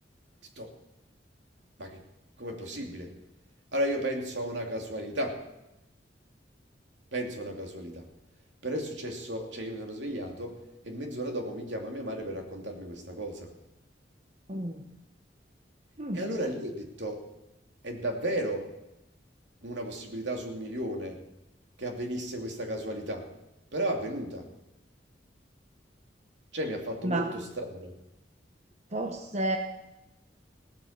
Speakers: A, on the right; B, on the right.
A: detto, ma che, com'è possibile? Allora io penso a una casualità, penso a una casualità. Però è successo, cioè io mi sono svegliato e mezz'ora dopo mi chiama mia madre per raccontarmi questa cosa.
B: mm, mm,
A: E allora lì ho detto, è davvero una possibilità su un milione che avvenisse questa casualità. Però è avvenuta. Cioè mi ha fatto
B: ma
A: molto strano.
B: forse...